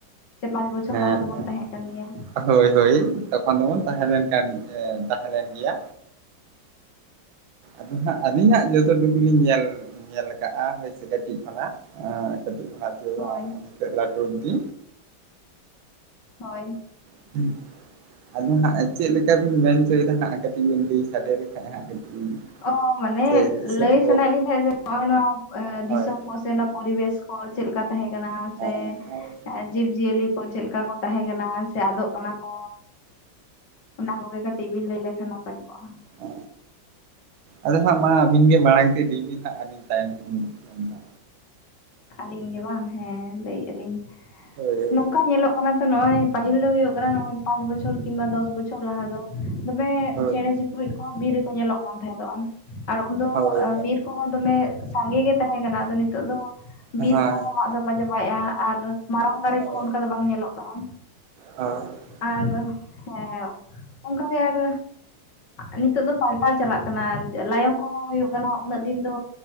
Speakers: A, on the left; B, on the right.
A: ᱥᱮ ᱯᱟᱸᱪ ᱵᱚᱪᱷᱚᱨ
B: ᱦᱮᱸ
A: ᱞᱟᱦᱟ ᱫᱚᱵᱚᱱ
B: ᱦᱮᱸ
A: ᱛᱟᱦᱮᱸ ᱠᱟᱱ ᱜᱮᱭᱟ
B: ᱦᱳᱭ ᱦᱳᱭ ᱛᱚᱠᱷᱚᱱᱵᱚᱱ ᱛᱟᱦᱮᱸ ᱞᱮᱱ ᱠᱟᱱ ᱛᱟᱦᱮᱸ ᱞᱮᱱ ᱜᱮᱭᱟ ᱦᱟᱸᱜ ᱟᱹᱞᱤᱧ ᱦᱟᱜ ᱡᱚᱛᱚ ᱴᱩᱠ ᱞᱤᱧ ᱧᱮᱞ ᱧᱮᱞ ᱟᱠᱟᱫᱼᱟ ᱦᱚᱳᱭᱥᱮ ᱠᱟᱹᱴᱤᱡ ᱠᱷᱚᱱᱟᱜ ᱠᱟᱹᱴᱤᱡ ᱠᱷᱚᱱᱟᱜ
A: ᱦᱳᱭ
B: ᱱᱤᱛᱚᱜ ᱞᱟᱹᱴᱩ ᱚᱵᱽᱫᱤ
A: ᱦᱳᱭ
B: <inaudible> ᱟᱫᱚ ᱦᱟᱸᱜ ᱪᱮᱫ ᱞᱮᱠᱟ ᱵᱤᱱ ᱢᱮᱱᱪᱚᱭᱮᱫᱟ ᱦᱟᱸᱜ ᱠᱟᱹᱴᱤᱡ ᱵᱤᱱ ᱞᱟᱹᱭ ᱥᱟᱰᱮ ᱞᱮᱠᱷᱟᱱᱡ ᱦᱟᱸᱜ ᱠᱟᱹᱴᱤᱡ
A: ᱚ ᱢᱟᱱᱮ
B: ᱥᱮ ᱫᱤᱥᱚᱢ
A: ᱞᱟᱹᱭ
B: ᱠᱚ
A: ᱥᱟᱱᱟᱭᱮᱫ ᱞᱤᱧ ᱛᱟᱦᱮᱸᱫ ᱡᱮ ᱱᱚᱜᱼᱚᱭ ᱱᱚᱣᱟ
B: ᱦᱳᱭ
A: ᱫᱤᱥᱚᱢ ᱥᱮ ᱚᱱᱟ ᱯᱚᱨᱤᱵᱮᱥ ᱠᱚ ᱪᱮᱫ ᱞᱮᱠᱟ ᱛᱟᱦᱮᱸ ᱠᱟᱱᱟ
B: ᱦᱳᱭ
A: ᱥᱮ- ᱡᱤᱵᱽ ᱡᱤᱭᱟᱹᱞᱤ ᱠᱚ ᱪᱮᱫ ᱞᱮᱠᱟ ᱠᱚ ᱛᱟᱦᱮᱸ ᱠᱟᱱᱟ ᱥᱮ ᱟᱫᱚᱜ ᱠᱟᱱᱟ ᱠᱚ ᱚᱱᱟ ᱠᱚᱜᱮ ᱠᱟᱹᱴᱤᱡ ᱵᱤᱱ ᱞᱟᱹᱭ ᱞᱮᱠᱷᱟᱱ ᱱᱟᱯᱟᱭ ᱠᱚᱜᱼᱟ
B: ᱚ ᱟᱫᱚ ᱦᱟᱸᱜ ᱢᱟ ᱟᱹᱵᱤᱱ ᱜᱮ ᱢᱟᱲᱟᱝ ᱛᱮ ᱤᱫᱤᱭ ᱵᱤᱱ ᱦᱟᱸᱜ ᱟᱹᱵᱤᱱ ᱛᱟᱭᱚᱢ ᱛᱮᱞᱤᱧ ᱢᱮᱱᱫᱟ
A: ᱟᱹᱞᱤᱧ ᱜᱮ ᱵᱟᱝ ᱦᱮᱸ ᱞᱟᱹᱭᱮᱫᱼᱟ ᱞᱤᱧ
B: ᱦᱳᱭ
A: ᱱᱚᱝᱠᱟ ᱧᱮᱞᱚᱜ ᱠᱟᱱᱟ ᱚᱱᱟ ᱛᱚ ᱱᱚᱜᱼᱚᱭ ᱯᱟᱹᱤᱞ ᱫᱚ ᱦᱩᱭᱩᱜᱭ ᱠᱟᱱᱟ ᱱᱚᱜᱚᱭ ᱯᱟᱸᱪ ᱵᱚᱪᱷᱚᱨ ᱠᱤᱵᱟ ᱫᱚᱥ ᱵᱚᱪᱷᱚᱨ ᱞᱟᱦᱟ ᱫᱚ ᱫᱚᱢᱮ
B: ᱦᱳᱭ
A: ᱪᱮᱬᱮ ᱪᱤᱯᱨᱩᱫ ᱠᱚᱦᱚᱸ ᱵᱤᱨ ᱨᱮᱠᱚ ᱧᱮᱞᱚᱜ ᱠᱟᱱ ᱛᱟᱦᱮᱸᱫᱚᱜ ᱟᱨ ᱩᱱᱫᱚ
B: ᱦᱳᱭ
A: ᱵᱤᱨ ᱠᱚ- ᱫᱚᱢᱮ ᱥᱟᱸᱜᱮ ᱜᱮ ᱛᱟᱦᱮᱸ ᱠᱟᱱᱟ ᱟᱫᱚ ᱱᱤᱛᱚᱜ ᱫᱚ ᱵᱤᱨ
B: ᱦᱳᱭ
A: ᱠᱚᱦᱚᱸ ᱠᱚ ᱢᱟᱜ ᱥᱟᱯᱟ ᱪᱟᱵᱟᱭᱮᱫᱼᱟ ᱟᱨ ᱢᱟᱨᱟᱝ
B: ᱦᱳᱭ
A: ᱫᱟᱨᱮ
B: ᱦᱳᱭ
A: ᱠᱚᱦᱚᱸ ᱚᱱᱠᱟ ᱫᱚ ᱵᱟᱝ ᱧᱮᱞᱚᱜ ᱠᱟᱱᱟ
B: ᱦᱳᱭ
A: ᱟᱨ ᱦᱮᱸ ᱚᱱᱠᱟᱜᱮ ᱟᱨ ᱱᱤᱛᱳᱜ ᱫᱚ ᱯᱟᱞᱴᱟᱣ ᱪᱟᱞᱟᱜ ᱠᱟᱱᱟ ᱞᱟᱭᱚᱝ ᱠᱚᱦᱚᱸ ᱦᱩᱭᱩᱜ ᱠᱟᱱᱟ ᱩᱱᱟᱹᱜ ᱫᱤᱱ ᱫᱚ